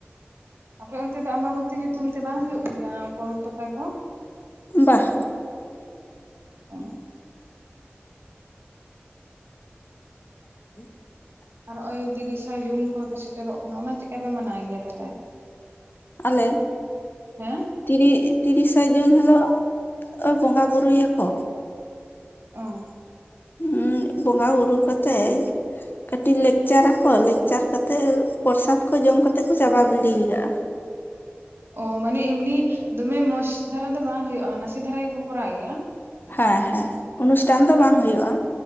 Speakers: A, on the right; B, on the left.
A: ᱟᱯᱮ ᱚᱱᱛᱮ ᱫᱚ ᱟᱢᱵᱟ ᱵᱚᱛᱤ ᱧᱩᱛᱩᱢ ᱛᱮ ᱵᱟᱝ ᱦᱩᱭᱩᱜ ᱜᱮᱭᱟ ᱯᱚᱨᱚᱵᱽ ᱯᱟᱛᱟ ᱠᱚᱼᱼ
B: ᱵᱟᱜ
A: ᱚ
B: <inaudible>
A: ᱟᱨ ᱦᱚᱸᱜ ᱚᱭ ᱛᱤᱨᱤᱥᱟ ᱡᱩᱱ ᱠᱚ ᱦᱚᱸ ᱛᱚ ᱥᱮᱴᱮᱨᱚᱜ ᱠᱟᱱᱟ ᱚᱱᱟ ᱪᱮᱜᱠᱟ ᱯᱮ ᱢᱟᱱᱟᱣ ᱜᱮᱭᱟ ᱛᱟᱦᱞᱮ
B: ᱟᱞᱮ
A: ᱦᱮᱸ
B: ᱛᱤᱨᱤ ᱛᱤᱨᱤᱥᱟ ᱡᱩᱱ ᱦᱤᱞᱳᱜ ᱵᱚᱸᱜᱟ ᱵᱩᱨᱩ ᱭᱟ ᱠᱚ᱾
A: ᱚᱸᱻ
B: ᱩᱸ ᱵᱚᱸᱜᱟ ᱵᱩᱨᱩ ᱠᱟᱛᱮᱭ ᱠᱟᱴᱤᱡ ᱞᱮᱠᱪᱟᱨ ᱟᱠᱚ ᱞᱮᱠᱪᱟᱨ ᱠᱟᱛᱮᱫ ᱯᱚᱨᱥᱟᱛ ᱠᱚ ᱡᱚᱢ ᱠᱟᱛᱮᱫ ᱠᱚ ᱪᱟᱵᱟ ᱜᱤᱲᱤ ᱠᱟᱜ-ᱟ
A: ᱚ ᱢᱟᱱᱮ ᱮᱢᱱᱤ ᱫᱚᱢᱮ ᱢᱚᱸᱥ ᱫᱷᱟᱨᱟ ᱫᱚ ᱵᱟᱝ ᱦᱳᱭᱳᱜᱼᱟ ᱱᱟᱥᱮ ᱫᱷᱟᱨᱟ ᱜᱮ ᱠᱚ ᱠᱚᱨᱟᱣ ᱜᱮᱭᱟ
B: ᱦᱮᱸ ᱦᱮᱸ ᱩᱱᱩᱥᱴᱟᱱ ᱫᱚ ᱵᱟᱝ ᱦᱩᱭᱩᱜ-ᱟ